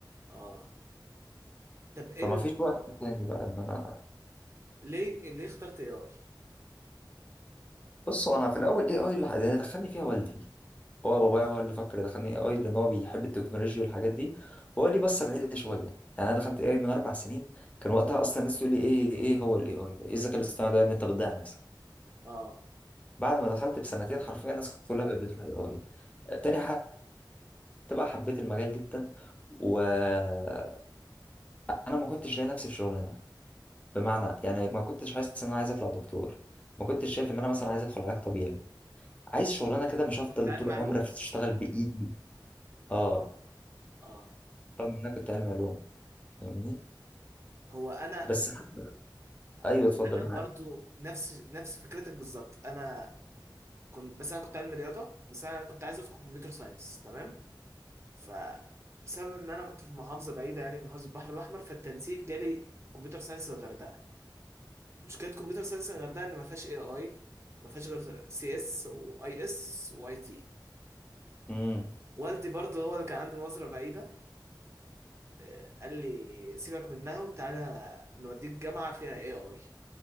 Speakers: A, on the right; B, on the left.
A: اه طب ايه
B: فما
A: ال...
B: فيش وقت تاني بقى ان انا
A: ليه ليه اخترت اي اي
B: بصوا انا في الاول ايه اي اللي اللي دخلني فيها والدي هو بابايا هو اللي فكر دخلني اي اي لان هو بيحب التكنولوجيا والحاجات دي وهو لي بصه بعيده شويه يعني انا دخلت اي اي من اربع سنين كان وقتها اصلا الناس تقول لي ايه ايه إيه هو الاي اي ده ايه الذكاء الاصطناعي ده يا ابني انت بتضيع نفسك
A: اه
B: بعد ما دخلت بسنتين حرفيا الناس كلها بقت بتروح اي اي تاني حاجه بقى حبيت المجال جدا وانا ما كنتش لاقي نفسي في شغلانه بمعنى يعني ما كنتش حاسس ان انا عايز اطلع دكتور ما كنتش شايف ان انا مثلا عايز ادخل علاج طبيعي عايز شغلانه كده مش هفضل
A: كنت علم
B: طول
A: معلوم
B: عمري اشتغل بايدي اه
A: اه
B: رغم ان انا كنت علمي علوم فاهمني
A: هو انا
B: بس حتى-
A: هو
B: ايوه اتفضل
A: انا برضو
B: معاك
A: نفس نفس فكرتك بالظبط انا كنت بس انا كنت علم رياضه بس انا كنت عايز ادخل كمبيوتر ساينس تمام فبسبب ان انا كنت في محافظه بعيده يعني محافظه البحر الاحمر فالتنسيق جالي كمبيوتر ساينس الغردقه مشكله كمبيوتر ساينس الغردقه ان ما فيهاش اي اي ما فيهاش غير سي اس واي اس واي تي
B: امم
A: والدي برضه هو اللي كان عنده نظره بعيده آه، قال لي سيبك منها وتعالى نوديك جامعه فيها اي اي